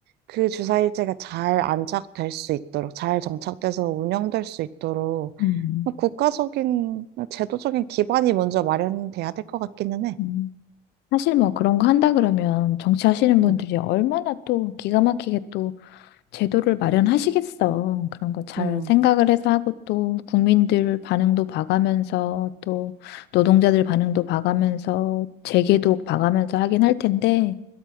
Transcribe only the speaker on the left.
음,
음. 사실 뭐 그런 거 한다 그러면 정치하시는
분들이 얼마나 또 기가 막히게 또 제도를 마련하시겠어. 그런 거 잘
생각을 해서 하고 또 국민들 반응도 봐가면서 또 노동자들 반응도 봐가면서 재개도 봐가면서 하긴 할 텐데